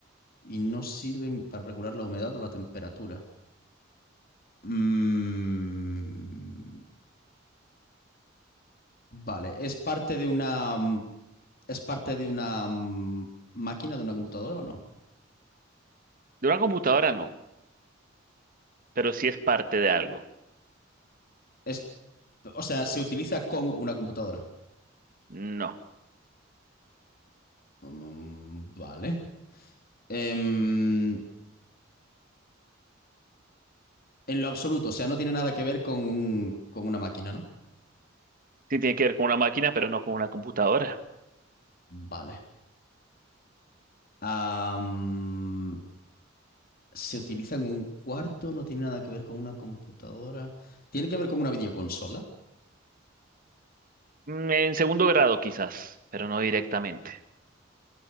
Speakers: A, on the left; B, on the right.
A: y no sirven para regular la humedad o la temperatura. Mm, vale. ¿Es parte de una mm, es parte de una mm, máquina, de una computadora o no?
B: De una computadora no, pero sí es parte de algo.
A: Es, o sea, se utiliza con una computadora.
B: No.
A: Mm, vale. Em, en lo absoluto, o sea, no tiene nada que ver con un- con una máquina, ¿no?
B: Sí tiene que ver con una máquina, pero no con una computadora.
A: Vale. Am, se utiliza en un cuarto, no tiene nada que ver con una computadora. Tiene que ver con una videoconsola.
B: Mm, En segundo grado quizás, pero no directamente.